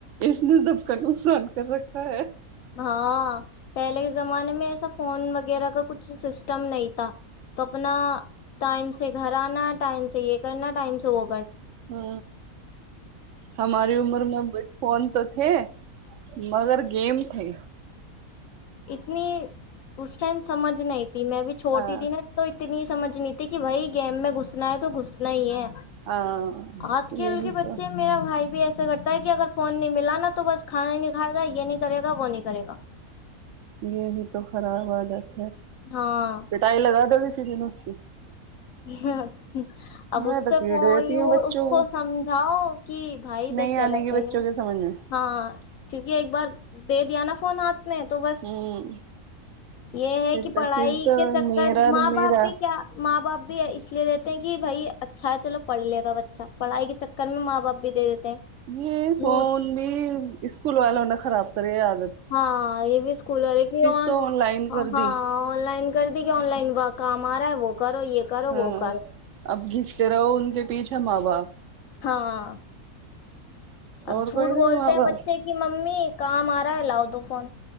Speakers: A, on the right; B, on the left.
A: اپ ضبک نسند کر رکھتا ہے
B: ہاں پہلے کے زمانے میں ایسا فون وغیرہ کا کچھ سسٹم نہیں تھا تو اپنا ٹائم سے گھر آنا ٹائم سے یہ کرنا ٹائم سے سو
A: ہ ہماری عمر میں فن تو تھے مگر گیم تھے
B: اتنی اس ٹائم سمجھ نہیں ا ت میں بھی چھوٹی
A: ہاں
B: تھی نا تو اتنی سمجھنی تھی کہ بھائی گیم میں گھسنا ہے تو گھسنا ہی ہے
A: ہاں
B: آج کل
A: یہی
B: کے بچے
A: تو
B: میرا بھائی بھی ایسا سے کرتا ہے کہ اگر فون نہیں ملا نا تو بس کھا نہیں کھائے گا یہ نہیں کرےا وہ نہیں کرے گا
A: یہی تو خراب والدا اچ
B: ہاں
A: پٹائی لگا دو ک دن اس کی
B: ہاں اب
A: میں
B: اس
A: تو
B: سے
A: پیٹ دیتی ہوں بچوں
B: اس کو سمجھاؤ کہ بھائی
A: نہیں
B: دیکھ
A: آنے
B: غلط
A: کی
B: ہے
A: بچوں کے سمجھ میں
B: ہاں کیونکہ ایک بار دے دیا نا فون آاتھ میں تو بس
A: ہوں
B: یہ ہے کہ
A: پھر
B: پڑھائی
A: تو
B: کے چکر
A: میرا
B: ماں
A: میرا
B: باپ بھی کیا ماں باپ بھی اس لیے دیتے ہیں کہ بھائی اچھا ہے چلو پڑھ لے گا بچہ پڑھائی کے چکر میں ماں باپ بھی دے دیتے ہیں
A: یہ
B: جھوٹ
A: فون بھی اسکول والو نے خراب کرے آگے
B: ہاں یہ بھی اسکول وال کی ہاں
A: تو آن لائن کر
B: آن
A: دی
B: لائن کر دی کہ آن لائن واق کام آارا ہے وہ کرو یہ کرو
A: ہاں
B: وہ کرو
A: اب گھستے رہو ان کے پیچھے ماں باپ
B: ہاں اب
A: اور
B: جھوٹ
A: کوئی نہیں
B: بولتے
A: ماں
B: ہیں
A: باپ
B: بچے کی ممی کام آ ل ہو تو فون